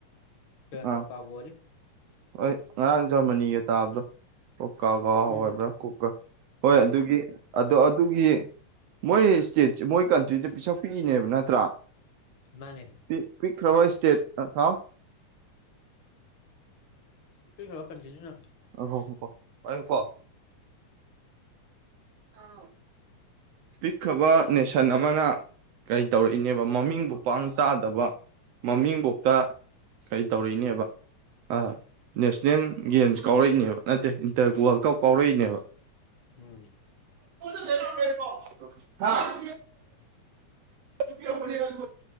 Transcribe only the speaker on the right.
ꯑꯥ
ꯍꯣꯏ ꯉꯔꯥꯡ ꯖꯔꯃꯅꯤꯒ ꯇꯥꯕꯗꯣ ꯀꯀꯥꯒꯥꯎ
ꯍꯥꯏꯕ꯭ꯔꯥ ꯀꯣꯀꯥ ꯍꯣꯏ ꯑꯗꯨꯒꯤ ꯑꯗ ꯑꯗꯨꯒꯤ ꯃꯣꯏ ꯁ꯭ꯇꯦꯠꯁꯦ ꯃꯣꯏ ꯀꯟ ꯗꯨꯏꯗꯤ ꯄꯤꯁꯛ ꯄꯤꯛꯏꯅꯦꯕ ꯅꯠꯇ꯭ꯔꯥ
ꯄꯤ ꯄꯤꯛꯈ꯭ꯔꯕ ꯁ꯭ꯇꯦꯠ ꯀ ꯍꯥꯎ
ꯉꯥꯏꯈꯣ ꯉꯥꯏꯈꯣ ꯄꯥꯏꯌꯨꯀꯣ ꯑꯥꯎ ꯄꯤꯛꯈ꯭ꯔꯕ ꯅꯦꯁꯟ ꯑꯃꯅ ꯀꯔꯤ ꯇꯧꯔꯛꯏꯅꯦꯕ ꯃꯃꯤꯡꯕꯨ ꯄꯥꯡ ꯇꯥꯗꯕ ꯃꯃꯤꯡ ꯐꯧꯇ ꯀꯩ ꯇꯧꯔꯏꯅꯦꯕ ꯑꯥ ꯅꯦꯁꯅꯦꯜ ꯒꯦꯝꯁ ꯀꯥꯎꯔꯛꯏꯅꯦꯕ ꯅꯠꯇꯦ ꯏꯟꯇꯔ ꯋꯥꯔꯜ ꯀꯞ ꯀꯥꯎꯔꯛꯏꯅꯦꯕ
<unintelligible> ꯍꯥꯥ <unintelligible>